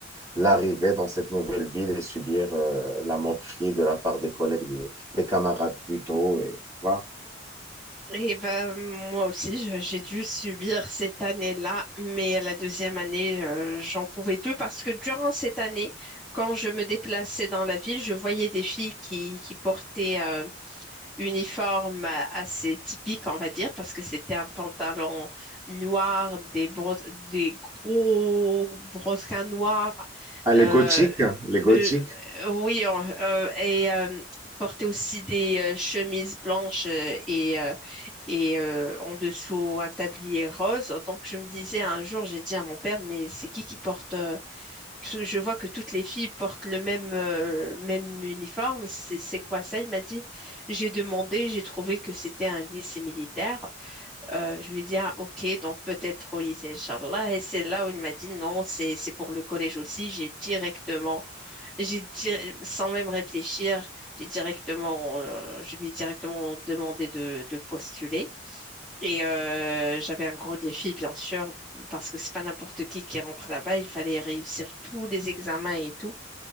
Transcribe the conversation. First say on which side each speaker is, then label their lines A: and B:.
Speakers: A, on the right (about 15°); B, in the centre.
A: l'arrivée dans cette nouvelle ville et subir euh, la moquerie de la part des collègues, de- des camarades plutôt. Et, voilà.
B: Et ben moi aussi, je- j'ai dû subir cette année-là, mais la deuxième année, euh, j'en pouvais plus parce que durant cette année, quand je me déplaçais dans la ville, je voyais des filles qui, qui portaient euh, uniforme assez typique, on va dire, parce que c'était un pantalon noir, des, bro- des gros brodequins noirs.
A: Ah, les
B: Euh,
A: gothiques, hein, les gothiques.
B: euh, oui, on- euh, et euh, il portait aussi des euh, chemises blanches euh, et, euh, et euh, en dessous un tablier rose. Donc je me disais un jour, j'ai dit à mon père, mais c'est qui qui porte euh, tout- je vois que toutes les filles portent le même, euh, même uniforme. C'est, c'est quoi ça? Il m'a dit. J'ai demandé, j'ai trouvé que c'était un lycée militaire. Euh, je lui ai dit, ah, ok, donc peut-être au lycée, Inch'Allah. Et c'est là où il m'a dit, non, c'est, c'est pour le collège aussi. J'ai directement, j'ai di- sans même réfléchir, j'ai directement, euh, je lui ai directement demandé de, de postuler. Et euh, j'avais un gros défi, bien sûr, parce que c'est pas n'importe qui qui rentre là-bas. Il fallait réussir tous les examens et tout.